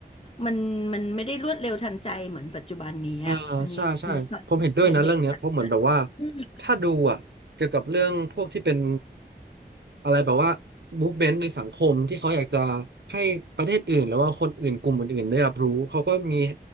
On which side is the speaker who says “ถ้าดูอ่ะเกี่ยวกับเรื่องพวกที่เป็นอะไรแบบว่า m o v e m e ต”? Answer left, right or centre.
Right